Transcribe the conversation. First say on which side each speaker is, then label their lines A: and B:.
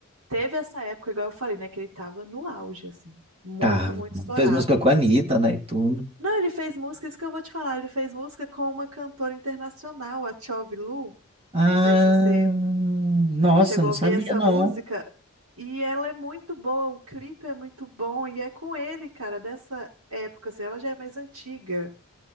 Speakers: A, on the right; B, on the right.
A: teve essa época, igual eu falei, né, que ele tava no auge, assim, muito,
B: Tá,
A: muito estourado.
B: fez música com a Anitta, né, e tudo.
A: Não, ele fez música, isso que eu vou te falar, ele fez música com uma cantora internacional, a Tchove Lu,
B: Ah,
A: não sei se você
B: nossa,
A: chegou
B: não
A: a ouvir
B: sabia
A: essa
B: não.
A: música, e ela é muito boa, o clipe é muito bom, e é com ele, cara, dessa época, assim, ela já é mais antiga.